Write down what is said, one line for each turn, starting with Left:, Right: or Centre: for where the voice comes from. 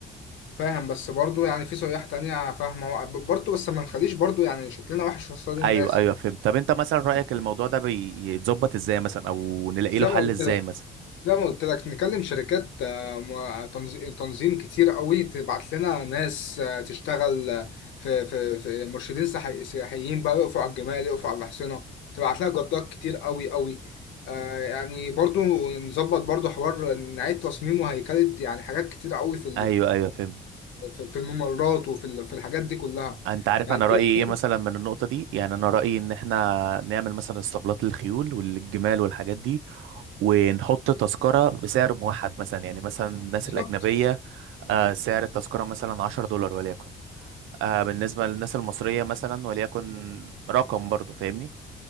Left: فاهم بس برضو يعني في سياح تانية فاهمة برضو بس ما نخليش برضو يعني شكلنا وحش قصاد الناس
Right: ايوه ايوه فهمت طب انت مثلا رايك
Left: يعني
Right: الموضوع ده بيتظبط ازاي مثلا او نلاقي
Left: زي
Right: له حل
Left: ما قلت
Right: ازاي مثلا
Left: زي ما قلت لك نكلم شركات آه، مع- تنظ- تنظيم كتير قوي تبعت لنا ناس آه، تشتغل آه، في في في مرشدين سياحي- سياحيين بقى يقفوا على الجمال يقفوا على الحصينة تبعت لها جردات كتير قوي قوي آه، يعني برضو نظبط برضو حوار نعيد تصميمه هيكلة يعني حاجات كتير قوي في ال-
Right: ايوه ايوه فهمت
Left: في في الممرات وفي ال- في الحاجات دي كلها
Right: انت عارف
Left: يعني
Right: انا رايي
Left: في-
Right: ايه مثلا من النقطه دي يعني انا رايي ان احنا نعمل مثلا اسطبلات للخيول والجمال والحاجات دي ونحط تذكره بسعر موحد مثلا يعني مثلا الناس
Left: بالظبط
Right: الاجنبيه آه، سعر التذكره مثلا 10 دولار وليكن آه، بالنسبه للناس المصريه مثلا وليكن رقم برضو فاهمني